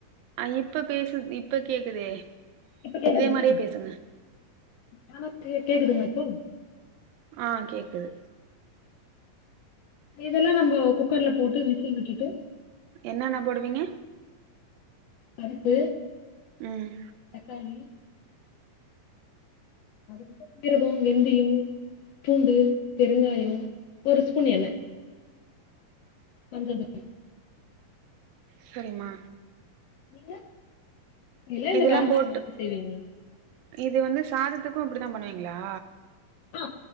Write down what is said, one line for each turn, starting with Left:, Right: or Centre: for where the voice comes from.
Right: அ இப்ப பேசு இப்ப கேக்குதே
Left: இப்ப கேக்குதுங்களா
Right: இதே மாரியே பேசுங்க
Left: ஆ கேக்குதுங்களா இப்போ
Right: ஆ கேக்குது
Left: இதெல்லா நம்ம குக்கர்ல போட்டு விசில் விட்டுட்டு
Right: என்னென்ன போடுவீங்க
Left: பருப்பு
Right: ம்
Left: தக்காளி அதுக்கப்றோ சீரகோ வெந்தியோ பூண்டு பெருங்காயோ ஒரு ஸ்பூன் எண்ணெ மஞ்சத் <inaudible>
Right: செரிமா
Left: நீங்க இல்லல்ல
Right: இதெல்லா
Left: வேற
Right: போட்டு
Left: மாரி மாத்தி செய்வீங்ளா
Right: இது வந்து சாதத்துக்கு இப்டித்தா பண்ணுவீங்ளா
Left: அ